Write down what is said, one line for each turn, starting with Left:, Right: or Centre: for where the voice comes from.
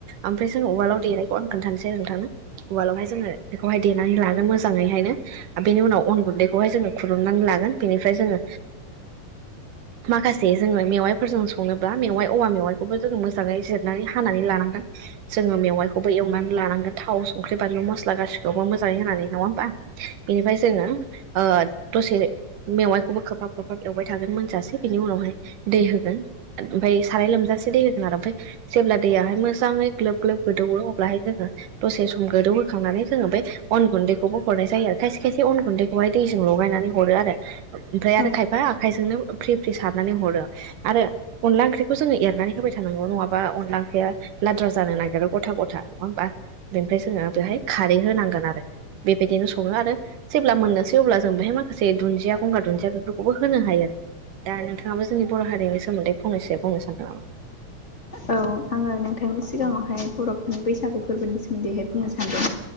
Right: ओमफ्राय जों उवालाव देनायखौ आं खोन्थानोसै आरो नोंथांनो उवालावहाय जोङो बेखौहाय देनानै लागोन मोजाङैहायनो बेनि उनाव अन गुन्दैखौहाय जोङो खुरननानै लागोन बेनिफ्राय जोङो माखासे जोङो मेवाइफोरजों सङोबा मेवाइ औवा मेवाइखौबो जोंङो मोजाङै जिरनानै हानानै लानांगोन जोङो मेवाइखौबो एवनानै लानांगोन थाव संख्रि बानलु मस्ला गासिखौबो मोजाङै होनानै नङा होमबा बेनिफ्राय जोङो ओ दसे मेवाइखौबो खोबहाब खोबहाब एवबाय थागोन मोनजासिम निनि उनावहाय दै होगोन ओमफ्राय साराय लोमजासे दै होगोन आरो जेब्ला दैयाहाय मोजाङै ग्लोब ग्लोब गोदौयो अब्लाहाय जोङो दसे सम गोदौ होखांनानै जोङो बे अन गुन्दैखौबो हरनाय जायो खायसे खायसे अन गुन्दैखौहाय दैजों लगायनानै हरो आरो ओमफ्राय आरो
Left: औ
Right: खायफा आखायजोंनो फ्रि फ्रि सारनानै हरो आरो अनला ओंख्रिखौ जोङो एरनानै होबाय थानांगौ नङाबा अनला ओंख्रिया लाद्रा जानो नागिरो गथा गथा नङा होमबा बेनिफ्राय जोङो बेहाय खारै होनांगोन आरो बेबायदिनो सङो आरो जेब्ला मोननोसै अब्ला जों बेहाय माखासे दुन्दिया गंगार दुन्दिया बेफोरखौबो होनो हायो दा नोंथाङाबो जोंनि बर' हारिनि सोमोन्दै फंनैसो बुंनो सानगोन नामा
Left: औ आङो नोंथांनि सिगाङावहाय बरफोरनि बैसागु फोरबोनि सोमोन्दैहाय बुंनो सानदों